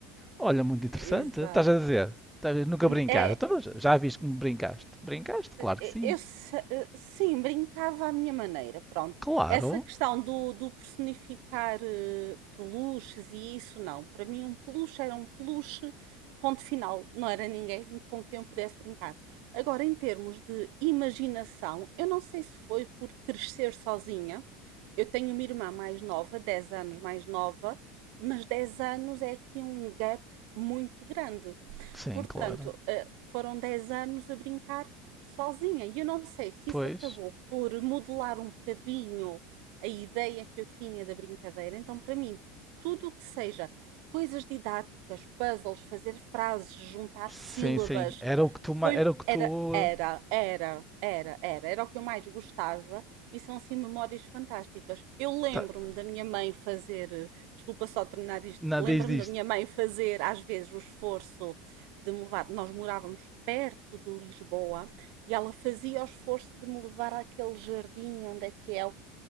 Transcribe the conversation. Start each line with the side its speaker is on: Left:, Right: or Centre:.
Centre: Olha, muito interessante.
Right: exato.
Centre: Estás a dizer? Estás a- dizer, Nunca
Right: Hum,
Centre: brincaste.
Right: É,
Centre: Então, mas já viste como brincaste? Brincaste? Claro
Right: eh,
Centre: que sim.
Right: eu se- eh, sim, brincava à minha maneira, pronto.
Centre: Claro.
Right: Essa questão do, do personificar eh, peluches e isso, não. Para mim, um peluche era um peluche, ponto final. Não era ninguém com quem eu pudesse brincar. Agora, em termos de imaginação, eu não sei se foi por crescer sozinha. Eu tenho uma irmã mais nova, 10 anos mais nova, mas 10 anos é aqui um gap muito grande.
Centre: Sim,
Right: Portanto,
Centre: claro.
Right: eh, foram 10 anos a brincar sozinha. E eu não sei se
Centre: Pois.
Right: isso acabou por modelar um bocadinho a ideia que eu tinha da brincadeira. Então, para mim, tudo o que seja coisas didáticas, puzzles, fazer frases, juntar
Centre: Sim,
Right: sílabas,
Centre: sim. Era o que tu,
Right: foi
Centre: ma- era o que tu,
Right: era era
Centre: eh,
Right: era era era era o que eu mais gostava e são assim memórias fantásticas. Eu lembro-me
Centre: ta-
Right: da minha mãe fazer, eh, desculpa só terminar isto,
Centre: não,
Right: lembro-me
Centre: diz isto.
Right: da minha mãe fazer às vezes o esforço de me levar. Nós morávamos perto de Lisboa e ela fazia o esforço de me levar àquele jardim onde é que é o-